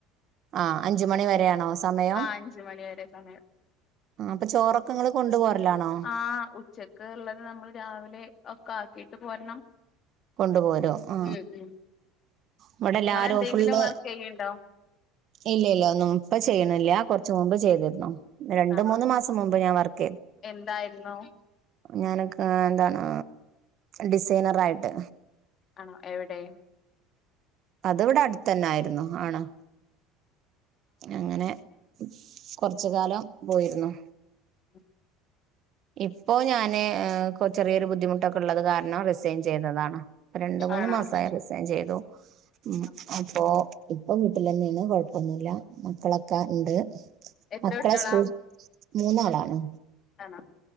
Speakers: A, on the right (about 40°); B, on the left (about 30°).
A: ആ അഞ്ചു മണി വരെയാണോ സമയം
B: ആ അഞ്ച് മണി വരെ സമയം
A: ആ അപ്പൊ ചോറൊക്കെ നിങ്ങൾ കൊണ്ടുപോരലാണോ
B: ആ ഉച്ചക്ക് ഉള്ളത് നമ്മൾ രാവിലെ കാക്കിട്ട് പോരണം
A: കൊണ്ടു പോരും ആ
B: ഉം ഉം
A: ഇവടെല്ലാരും
B: നിങ്ങളെന്തെങ്കിലും
A: ഫുള്ള്
B: വർക്ക് ചെയ്യ്ണ്ടോ?
A: ഇല്ല ഇല്ല ഒന്നും ഇപ്പം ചെയ്യണ്ന്നില്ല കൊറച്ച് മുമ്പ് ചെയ്തിരുന്നു രണ്ട്,
B: ആണോ
A: മൂന്ന് മാസം മുമ്പ് ഞാൻ വർ <unintelligible>
B: എന്തായിരുന്നു
A: ഞാനാ ആാ എന്താണ് ഡിസൈനറായിട്ട്
B: ആണോ എവടെ
A: അത് ഇവടെ അട്ത്തന്നൊ ആര്ന്നു ആണോ അങ്ങനെ കൊറച്ച് കാലം പോയിരുന്നു
B: <inaudible>
A: ഇപ്പോ ഞാന് ചെറിയൊരു ബുദ്ധിമുട്ടൊക്കെ ഒള്ളത് കാരണം റിസൈൻ ചെയ്തതാണ് രണ്ട്, മൂന്ന്
B: ആണോ
A: മാസായി റിസൈയ്ൻ ചെയ്തു ഉം
B: ആണോ?
A: അപ്പൊ ഇപ്പൊ വീട്ടില് തന്നെയാണ് കൊഴപ്പൊന്നില്ല മക്കളാക്കെ ഇണ്ട്
B: എത്ര
A: മക്കളെ
B: കുട്ട്യോളാ?
A: സ്കൂൾ മൂന്നാളാണ്
B: ആണോ